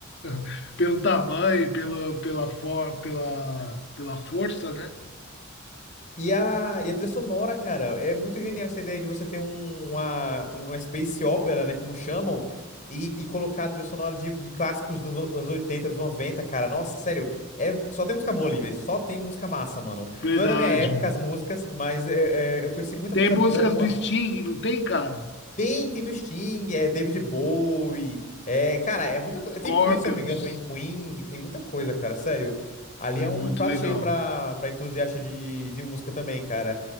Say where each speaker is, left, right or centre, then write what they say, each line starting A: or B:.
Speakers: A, on the left; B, on the left.
A: <laughs> Pelo tamanho, pelo, pela, for, pela, pela força, né?
B: E a, e a trilha sonora, cara, é muito genial essa ideia de você ter um, uma, um- uma space opera, né, como chamam, e, e colocar a trilha sonora de, de clássicos dos ano- anos 80 anos noventa cara. Nossa, sério, é, só tem música boa ali, velho, só tem música massa, mano.
A: Verdade,
B: Não é da minha época
A: mano.
B: as músicas, mas é, é, eu conheci muita
A: Tem
B: coisa
A: músicas
B: boa
A: do Sting, não tem, cara?
B: tem, tem do Sting, é David Bowie, é, cara, é muita coisa.
A: Scorpions.
B: Tem Queen, se eu não me engano, também Queen, tem muita coisa, cara, sério. Ali
A: É
B: é
A: muito
B: um prato
A: legal.
B: cheio pra, pra entusiasta de, de música também, cara.